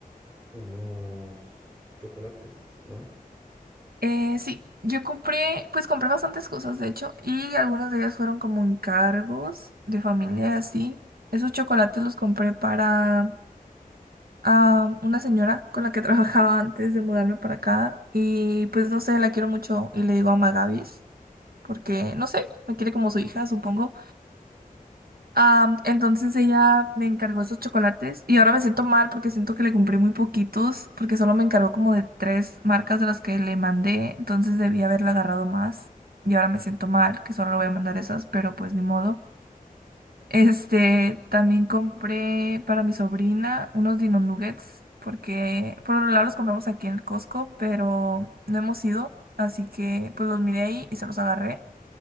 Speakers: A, on the right; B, on the right.
A: unos chocolates, ¿no?
B: Eh, sí, yo compré, pues compré bastantes cosas, de hecho, y algunas de ellas fueron como encargos de familia y así. Esos chocolates los compré para ah, una señora con la que <laughs> trabajaba antes de mudarme para acá y pues no sé, la quiero mucho y le digo a Magavis porque, no sé, me quiere como su hija, supongo. Am, entonces ella me encargó esos chocolates y ahora me siento mal porque siento que le compré muy poquitos porque solo me encargó como de tres marcas de las que le mandé, entonces debí haberla agarrado más y ahora me siento mal que solo le voy a mandar esas, pero pues ni modo. Este, también compré para mi sobrina unos Dino Nuggets porque por lo general los compramos aquí en el Costco, pero no hemos ido, así que pues los miré ahí y se los agarré.